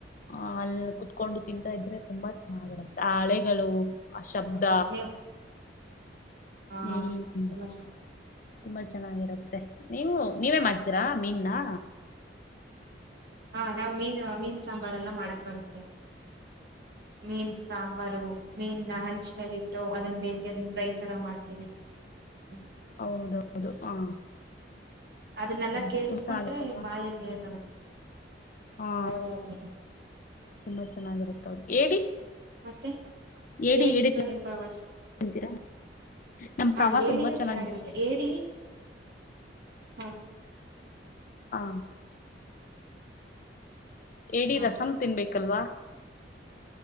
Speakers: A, on the left (about 50°); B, on the right (about 65°).
A: ಆ ಅಲ್ಲಿ ಕುತ್ಕೊಂಡು ತಿಂತಾ ಇದ್ರೆ ತುಂಬಾ ಚೆನ್ನಾಗಿರುತ್ತೆ ಆ ಹಳೆಗಳು ಆ ಶಬ್ದ
B: ತುಂಬಾ ನೀವು ಹಾ
A: ಹ್ಮ.
B: ತುಂಬಾ ಚೆನ್ನಾಗಿ
A: ತುಂಬಾ ಚೆನ್ನಾಗಿರತ್ತೆ ನೀವು ನೀವೇ ಮಾಡ್ತೀರಾ ಮೀನನಾ
B: ಹಾ ನಾವ್ ಮೀನ್ ಮೀನ್ ಸಾಂಬಾರ ಎಲ್ಲ ಮಾಡಕ ಬರತ್ತೆ. ಮೀನ ಸಾಂಬಾರು ಮೀನನ ಹಂಚ ಮೇಲೆ ಇಟ್ಟು ಅದನ್ನ ಬೇಸ ಅದನ್ ಫ್ರೈ ತರ ಮಾಡ್ತೀವಿ ಹ್ಮ.
A: ಹೌದೌದು ಹಾ
B: ಅದನ್ನೆಲ್ಲ
A: ಹೌದು
B: ಕೇಳಿಸ್ಕೊಂಡ್ರೆ
A: ತುಂಬಾ ಚೆನ್ನಾಗಿರುತ್ತಲ್ವಾ
B: ಬಾಯಲ್ ನೀರ್ ಬರುತ್ತೆ
A: ಹಾ
B: ಹೌದು <inaudible>
A: ತುಂಬಾ ಚೆನ್ನಾಗಿರತ್ತವು, ಏಡಿ
B: ಮತ್ತೆ
A: ಏಡಿ
B: ಹೇಗಿತ್ತು
A: ಏಡಿ
B: ನಿಮ್ ಪ್ರವಾಸ
A: ತಿಂತೀರಾ ನಮ್
B: ಹಾ
A: ಪ್ರವಾಸ
B: ಏಡಿನೂ
A: ತುಂಬಾ ಚೆನ್ನಾಗಿತ್ತು
B: ಚೆನ್ನಾಗಿರುತ್ತೆ ಏಡಿ ಹಾ
A: ಹಾ ಏಡಿ
B: ಹಾ
A: ರಸಂ ತಿನ್ಬೇಕಲ್ವಾ